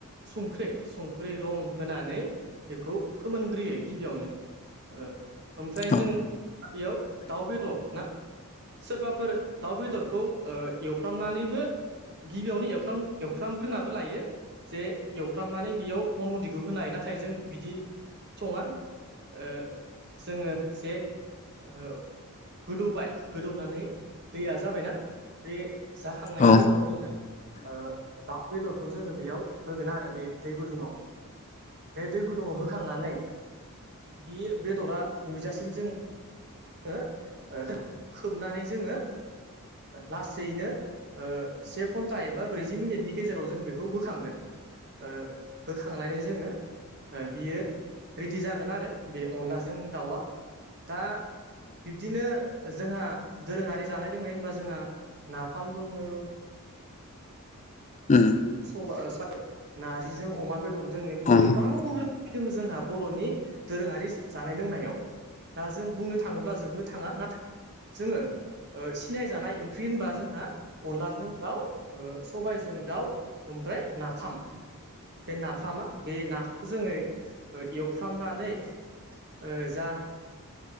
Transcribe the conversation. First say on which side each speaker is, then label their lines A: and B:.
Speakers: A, on the right; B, on the left.
A: सुंख्रै संख्रै रं होनानै बेखौ फोमोनग्रोयो गिबियावनो ओ ओमफ्राय
B: औ
A: जों बेयाव दाउ बेदर ना सोरबाफोर दाउ बेदरखौ ओ एवफ्रामनानैबो गिबियावनो एवफ्राम-एवफ्रामग्रोनाबो लायो जे एवफ्रामनानै बेयाव अन गुन्दैखौ होनो हायो नाथाय जों बिदि सङा ओ जोङो जे ओ गोदौबाय गोदौनानै दैया जाबायना बे जाखांनायनि
B: औ
A: उनाव जोङो ओ दाउ बेदरखौ जोङो बेयाव होगोन आरो बे दै गुदुङाव बे दै गुदुङाव होखांनानै बि बेदरा रुइजासिम जों <unintelligible> ओ <unintelligible> खोबनानै जोङो लासैनो ओ से घन्टा एबा ब्रैजि मिनिटनि गेजेराव जों बेखौ बोखांगोन ओ होखांनानै जोङो ओ बियो रेडि जागोन आरो बे अनलाजों दाउआ दा बिब्दिनो जोंहा दोरोङारि जानाय लोंनाय होनबा जोंहा नाफाम दङो
B: उम
A: सबा ओ <unintelligible> नारजिजों अमा बेदर दोङो
B: औ
A: बिदिनो
B: औ
A: गोबां रोख दोङो जोंहा बर'नि दोरोङारि जानाय लोंनायाव दा जों बुंनो थाङोब्ला जोबनो थाङा नाथाय जोङो ओ सिनायजानाय ओंख्रि होनबा जोंहा अनलाजों दाउ ओ सबायजों दाउ ओमफ्राय नाफाम बे नाफामा बे नाखौ जोङो ओ एवफ्रामनानै ओ जा